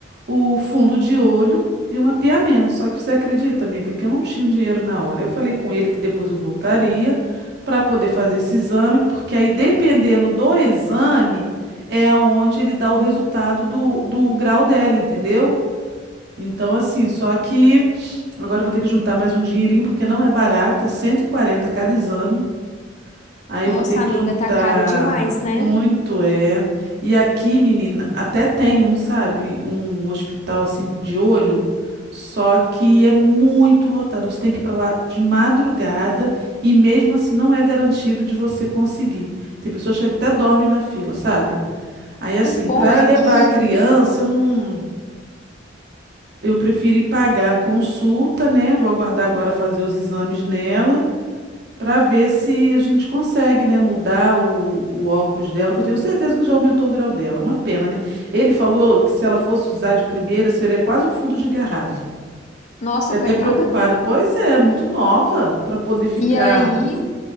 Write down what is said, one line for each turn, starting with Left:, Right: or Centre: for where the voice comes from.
Right: o fundo de olho e o mapeamento. Só que você acredita, amiga, que eu não tinha o dinheiro na hora. Eu falei com ele que depois eu voltaria para poder fazer esse exame, porque aí dependendo do exame é aonde ele dá o resultado do, do grau dela, entendeu? Então, assim, só que agora eu vou ter que juntar mais um dinheirinho, porque não é barato, é 140 cada exame. Aí
Left: Nossa,
Right: eu vou ter que
Left: amiga,
Right: juntar
Left: tá caro demais, né?
Right: muito, é. E aqui, menina, até tem um, sabe, um hospital assim de olho, só que é muito lotado. Você tem que ir pra lá de madrugada e mesmo assim não é garantido de você conseguir. Tem pessoas que até dormem na fila, sabe? Aí assim,
Left: O bom
Right: para
Left: é
Right: levar
Left: que,
Right: a criança, eu não, eu preferi pagar a consulta, né? Vou aguardar agora fazer os exames nela para ver se a gente consegue, né, mudar o, o óculos dela, que eu tenho certeza que já aumentou o grau dela. Uma pena, né? Ele falou que se ela fosse usar de primeira, seria quase um fundo de garrafa.
Left: nossa,
Right: E até
Left: coitada.
Right: preocupada. Pois é, muito nova para poder ficar.
Left: E aí